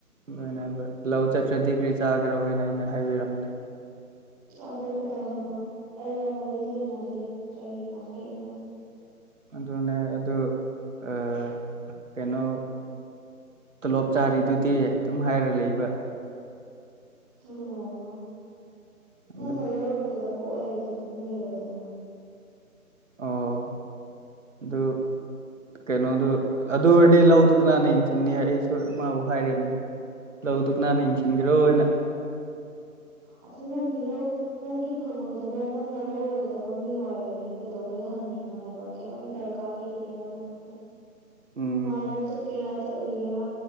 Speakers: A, on the right; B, in the centre.
A: ꯑꯗꯨꯅꯦ ꯂꯧ ꯆꯠꯇ꯭ꯔꯗꯤ ꯀ꯭ꯔꯤ ꯆꯥꯈꯦꯔꯣ ꯍꯥꯏꯅ ꯑꯩꯅ ꯍꯥꯏꯕꯤꯔꯝꯅꯦ
B: ꯑꯗꯨ ꯀꯗꯧꯔꯕ ꯑꯩꯒ ꯃꯔꯤ ꯂꯩꯅꯗꯦ ꯀꯩꯒꯤ ꯉꯥꯡꯉꯛꯏꯅꯣ
A: ꯑꯗꯨꯅꯦ ꯑꯗꯨ ꯑ ꯀꯩꯅꯣ ꯇꯣꯂꯣꯞ ꯆꯥꯔꯤꯗꯨꯗꯤ ꯑꯗꯨꯝ ꯍꯥꯏꯔ ꯂꯩꯕ
B: ꯁꯔꯀꯗꯥ ꯕꯥ
A: ꯑꯗꯨ
B: ꯅꯪꯅ ꯂꯧꯔꯣꯏꯗꯕ ꯑꯣꯏꯔꯗꯤ ꯇꯨꯃꯤꯟ ꯂꯩꯔꯣꯏꯗꯅ <inaudible>
A: ꯑꯣ ꯑꯗꯨ ꯀꯩꯅꯣꯗꯨ ꯑꯗꯨ ꯑꯣꯏꯔꯗꯤ ꯂꯧꯗꯨ ꯀꯅꯥꯅ ꯌꯦꯡꯁꯤꯟꯅꯤ ꯑꯩꯁꯨ ꯃꯥꯕꯨ ꯍꯥꯏꯅꯦ ꯂꯧꯗꯨ ꯀꯅꯥꯟꯅ ꯌꯦꯡꯁꯤꯟꯈ꯭ꯔꯣ ꯍꯥꯏꯅ
B: ꯑ ꯅꯒꯤꯂꯣ ꯅꯪꯒꯤ ꯐꯪꯉꯣꯏꯗꯕ ꯅꯪꯅ ꯂꯧꯔꯣꯏꯗꯕ ꯃꯤ ꯑꯣꯏꯔꯗꯤ ꯀꯩꯗꯧꯕꯩ ꯍꯪꯉꯤꯅꯣ ꯍꯥꯏꯕ ꯇ ꯀꯥ ꯂꯩꯗꯦꯕ ꯅ ꯃꯗ
A: ꯎꯝ
B: ꯃꯥ ꯂꯧ ꯆꯠꯀꯦꯔꯥ ꯆꯠꯂꯒꯦꯔꯥ